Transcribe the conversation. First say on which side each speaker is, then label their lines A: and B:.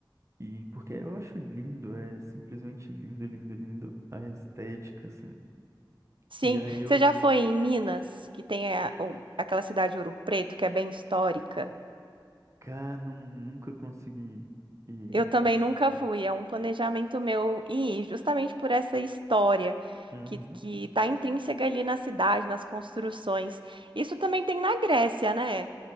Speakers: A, on the right; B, on the right.
A: e porque eu acho lindo, é simplesmente lindo, lindo, lindo a estética, assim.
B: Sim,
A: E aí eu
B: você já foi em Minas, que tem a- o- aquela cidade Ouro Preto, que é bem histórica?
A: Cara, não, nunca consegui ir em
B: Eu também nunca
A: Rio Preto.
B: fui, é um planejamento meu ir, justamente por essa história
A: Uhum,
B: que, que tá intrínseca ali na cidade, nas construções. Isso também tem na Grécia, né?